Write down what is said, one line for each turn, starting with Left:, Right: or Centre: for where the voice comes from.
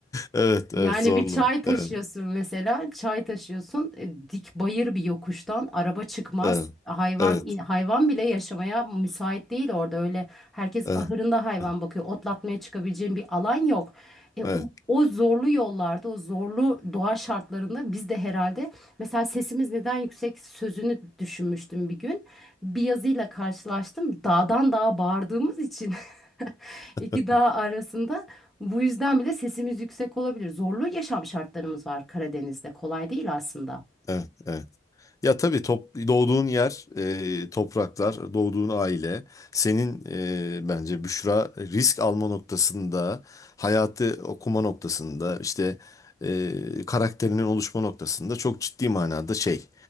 Left: Evet,
Centre: Yani
Left: evet zorlu.
Centre: bir çay taşıyorsun
Left: Evet.
Centre: mesela, çay taşıyorsun, e, dik bayır bir yokuştan araba çıkmaz.
Left: Evet.
Centre: Hayvan
Left: Evet.
Centre: in- hayvan bile yaşamaya müsait değil orada öyle. Herkes
Left: Evet.
Centre: ahırında hayvan
Left: Evet.
Centre: bakıyor. Otlatmaya çıkabileceğin bir alan yok. E,
Left: Evet.
Centre: o, o zorlu yollarda, o zorlu doğa şartlarında biz de herhalde mesela sesimiz neden yüksek sözünü düşünmüştüm bir gün. Bir yazıyla karşılaştım. Dağdan dağa bağırdığımız için <laughs>
Left: Evet.
Centre: iki dağ arasında bu yüzden bile sesimiz yüksek olabilir. Zorlu yaşam şartlarımız var Karadeniz'de. Kolay değil aslında.
Left: Evet. evet. Ya tabii top, doğduğun yer, e, topraklar, doğduğun aile, senin e, bence Büşra risk alma noktasında, hayatı okuma noktasında, işte e, karakterinin oluşma noktasında çok ciddi manada şey